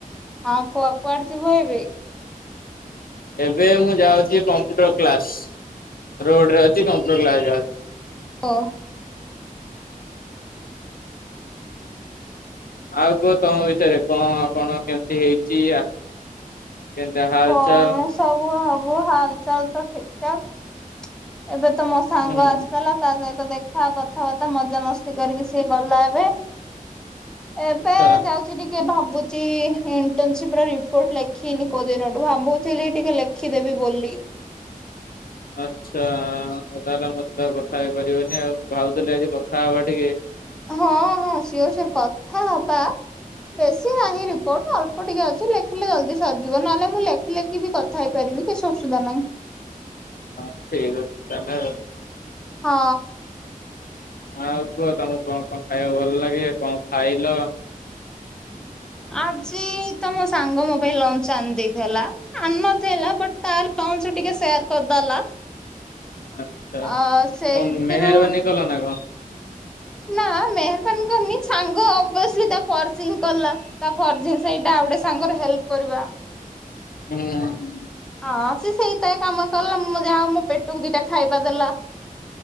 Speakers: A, in the centre; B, on the left.
A: ହଁ କୁହ କୁଆଡେ ଯିବ ଏବେ?
B: ଏବେ ମୁଁ ଯାଉଛି କମ୍ପ୍ୟୁଟର କ୍ଲାସ। ରୋଡରେ ଅଛି କମ୍ପ୍ୟୁଟର କ୍ଲାସ ଯାଉଛି।
A: ଓ।
B: ଆଉ କୁହ ତମ ବିଷୟରେ। କଣ କଣ କେମିତି ହେଇଛି ଆ କେନ୍ତା ହାଲଚାଲ
A: କଣ ସବୁ ହବ ହାଲଚାଲ୍ ତ ଠିକ୍ ଠାକ୍। ଏବେ ତ ମୋ ସାଙ୍ଗ
B: ହୁଁ।
A: ଆସିଥେଲା, ତା ସହିତ ଦେଖ୍ ଖା, କଥାବାର୍ତ୍ତା ମଜାମସ୍ତି କରିକି ସେ ଗଲା ଏବେ। ଏବେ
B: ଆଚ୍ଛା
A: ଯାଉ ଛି ଟିକେ ଭାବୁଛି ଇଣ୍ଟର୍ନସିପର ରିପୋର୍ଟ ଲେଖିନି କୋଉଦିନଠୁ। ଭାବୁଥିଲି ଟିକେ ଲେଖ୍ ଖିଦେବି ବୋଲି।
B: ଆଚ୍ଛା ହଉ ତାହେଲେ ମୋ ସହିତ ଆଉ କଥା ହେଇପାରିବନି ଆଉ। ମୁଁ ଭାବୁଥିଲି ଆଜି କଥା ହବା ଟିକେ।
A: ହଁ ହଁ ସିଓର୍ ସିଓର୍ କଥା ହବା। ବେଶୀ ନାହିଁ ରିପୋର୍ଟ ଅଳ୍ପ ଟିକେ ଅଛି ଲେଖ୍ ହେଲେ ଜଲ୍ଦି ସରିଯିବ ନହେଲେ ମୁଁ ଲେଖି ଲେଖି ବି କଥା ହେଇପାରିବି କିଛି ଅସୁଦା ନାଇଁ।
B: ହଁ ଠିକ୍ ଅଛି ତାହେଲେ
A: ହଁ।
B: ହଁ ଆଉ କୁଅ ତମକୁ କଁ କଁ ଖାଇୟାକୁ ଭଲ ଲାଗେ କଁ ଖାଇଲ?
A: ଆଜି ତମ ସାଙ୍ଗ ମୋ ପାଇଁ ଲଞ୍ଚ ଆଣି ଦେଇଥେଲା। ଆ ନଥିଲା ବଟ୍ ତା ଲଞ୍ଚ ଟିକେ ସେୟାର କରିଦେଲା।
B: ଆଚ୍ଛା
A: ଅ ସେଇ
B: କଣ
A: ତିରୁଡୁ
B: ମେହେରବାନୀ କଲ ନା କଣ?
A: ନା ମେହରବାନ କରନି ଛାଙ୍ଗ ଅବସଲି ତା ଫର୍ସିଂ କଲା ତା ଫର୍ଜି ସେଇଟା ଆଉ ଅଟେ ସାଙ୍ଗର ହେଲ୍ପ କରିବା।
B: ଉୁଁ।
A: ହଁ ସେ ସେଇତାଏ କାମ ର୍ ତଲ ମୁ ଯାହା ହଉ ମୋ ପେଟକୁ ଦିଟା ଖାଇବା ଦେଲା